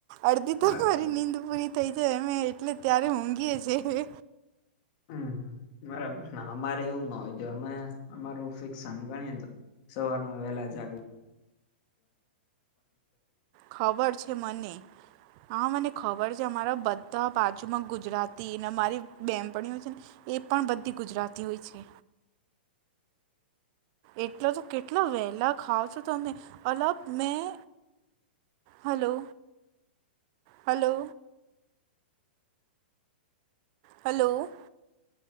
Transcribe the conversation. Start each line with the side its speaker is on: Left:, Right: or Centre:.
Right: અડધી તમારી
Left: બરાબર
Right: નીંદ પૂરી થઈ જાય અમે એટલે ત્યારે ઊંઘીએ છીએ.
Left: હમ્મ બરાબર અમારે એવું ના હોય જો અમે અમાર ફિક્સ આ ગણીએને તો સવારમાં વેલા જાગવુ.
Right: ખબર છે મને. હા મને ખબર છે અમારા બધા બાજુમાં ગુજરાતી ને અમારી બેનપણીઓ છે ને એ પણ બધી ગુજરાતી હોય છે. એટલો તો કેટલા વહેલા ખાવ છો તમે અલગ મેં હલો હલો. હલો.